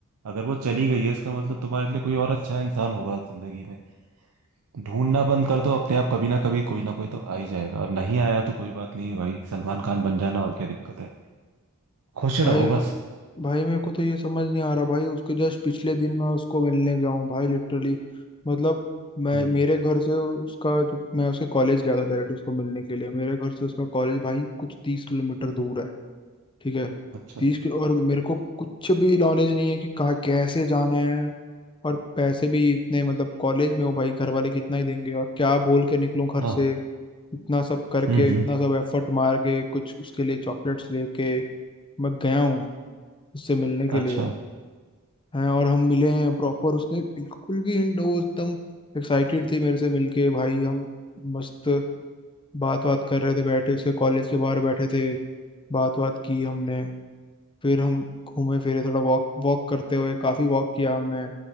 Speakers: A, on the right; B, on the left.
A: अगर वो चली गई है इसका मतलब तुम्हारे लिए कोई और अच्छा इंसान होगा जिंदगी में ढूंढना बंद कर दो अपने आप कभी ना कभी कोई ना कोई तो आ ही जाएगा और नहीं आया तो कोई बात नहीं है भाई सलमान खान बन जाना और क्या दिक्कत है खुश
B: भाई
A: रहो बस
B: भाई मेरे को तो ये समझ नहीं आ रहा भाई उसके जस्ट पिछले दिन मैं उसको मिलने गया हूँ भाई लिटरली मतलब मैं
A: हम्म
B: मेरे घर से उसका जो मैं उसके कॉलेज गया था डायरेक्ट उसको मिलने के लिए मेरे घर से उसका कॉलेज भाई कुछ तीस किलोमीटर दूर है ठीक है
A: अच्छा
B: तीस किलो और मेरे को कुछ भी नॉलेज नहीं है कि कहाँ कैसे जाना है और पैसे भी इतने मतलब कॉलेज में हो भाई घर वाले कितना ही देंगे और क्या बोल के निकलूं घर
A: हाँ
B: से इतना सब करके
A: हम्म हम्म
B: इतना सब एफर्ट मार के कुछ उसके लिए चॉकलेट्स लेके मैं गया हूँ उससे मिलने के
A: अच्छा
B: लिए हैं और हम मिले हैं प्रॉपर उसने बिल्कुल भी इन- वो एकदम एक्साइटेड थी मेरे से मिलके भाई हम मस्त बात बात कर रहे थे बैठे उसके कॉलेज के बाहर बैठे थे बात बात की हमने फिर हम घूमे फिरे थोड़ा वॉक वॉक करते हुए काफी वॉक किया हमने